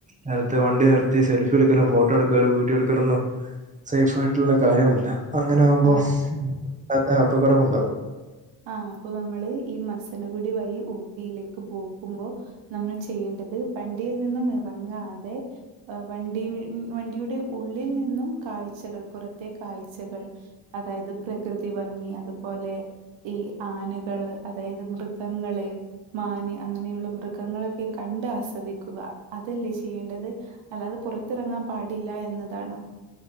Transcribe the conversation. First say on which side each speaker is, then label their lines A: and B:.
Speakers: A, on the right (about 15°); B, on the right (about 75°).
A: നേരത്തെ വണ്ടി നിർത്തി സെൽഫി എടുക്കലൊ ഫോട്ടോ എടു ക്കല് വീഡിയൊടുക്കലൊന്നും സേഫ് ആയിട്ടുള്ള കാര്യമല്ല അങ്ങനെ ആകുമ്പോ
B: ആ
A: <unintelligible> അപകടം ഉണ്ടാവും
B: ആഹ് അപ്പൊ നമ്മള് ഈ മസനഗുടി വഴി ഊട്ടിയിലേക്ക് പോകുമ്പോ നമ്മൾ ചെയ്യേണ്ടത് വണ്ടിയിൽ നിന്നും ഇറങ്ങാതെ എഹ് വണ്ടി വണ്ടിയുടെ ഉള്ളിൽ നിന്നും കാഴ്ചകൾ പുറത്തെ കാഴ്ചകൾ അതായത് പ്രകൃതി ഭംഗി അതുപോലെ ഈ ആനകള് അതായത് മൃഗങ്ങള് മാന് അങ്ങനെയുള്ള മൃഗങ്ങളൊക്കെ കണ്ട് ആസ്വദിക്കുക അതല്ലേ ചെയ്യേണ്ടത് അല്ലാതെ പുറത്തിറങ്ങാൻ പാടില്ല എന്നതാണോ